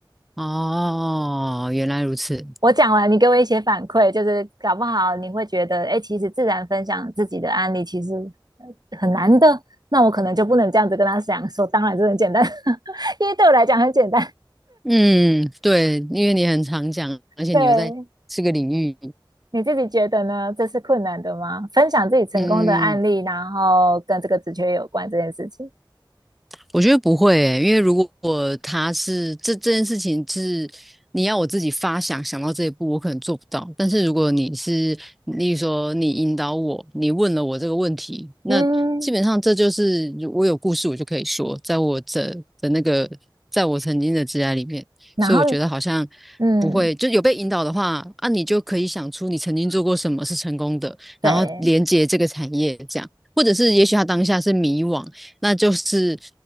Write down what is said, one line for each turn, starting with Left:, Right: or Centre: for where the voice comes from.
Centre: 哦，原来如此。
Right: 我讲完，你给我一些反馈，就是搞不好你会觉得，哎，其实自然分享自己的案例其实呃很难的，那我可能就不能这样子跟他讲说，当然这很简单，<laughs> 因为对我来讲很简单。
Centre: 嗯，对，因为你很常讲，而且你又在这个领域，
Right: 对，你自己觉得呢？这是困难的吗？分享自己成功的案例，
Centre: 嗯，
Right: 然后跟这个职缺有关这件事情。
Centre: 我觉得不会诶、因为如果他是这这件事情是你要我自己发想想到这一步，我可能做不到。但是如果你是，例如说你引导我，你问了我这个问题，那基本上这就是我有故事我就可以说，
Right: 嗯，
Centre: 在我这的那个，在我曾经的职涯里面，
Right: 然后
Centre: 所以我觉得好像
Right: 嗯，
Centre: 不会，就有被引导的话啊，你就可以想出你曾经做过什么是成功的，
Right: 对，
Centre: 然后连接这个产业这样。或者是也许他当下是迷惘，那就是